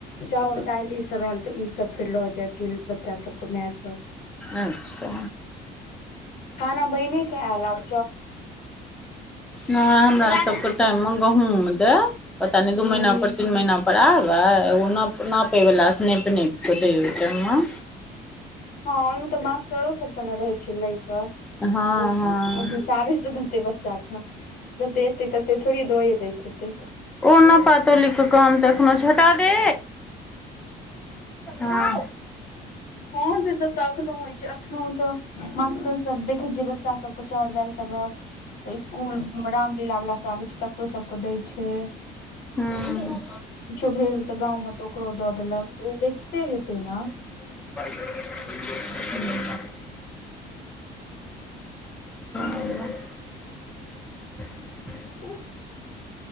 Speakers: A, on the left; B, in the centre.
A: चाउर दाइल ई सब एल तऽ ई सब फेर लऽ जयत किल बच्चा सब के मै सब
B: अच्छा
A: खाना बहिने कऽ एल आर
B: नय हमरा सबके टाइममे गहुम दय पता नय
A: हूँ
B: दू महिना पर तीन महीना पर आबै एग नप नापे वला स नैप नैप कऽ दय आइ टाइम मं
A: हँ ओइमे तऽ मास्टरो सबके न रहै छै लै कऽ
B: हँ
A: ओ
B: हँ
A: ओ हिसाबेसँ धते बच्चा का जते एतै तते थोड़ी दये दैत हेतै
B: ओना पातो लिख काम तखनो छटा दे हँ
A: <unintelligible> हँ से सब तऽ अखनो होइ छै अखनो तऽ मास्टर सब देखै छियै बच्चा सबके चाउर दाइल सब रहल तऽ इसकुल रामलीला वला सब आबै छै तकरो सबके दै छै
B: हूँ
A: किछो भेल तऽ गाँव में तऽ ओकरो दऽ देलक तऽ ओ बेचते हेतै ने
B: <inaudible>
A: <inaudible>
B: <inaudible>
A: हं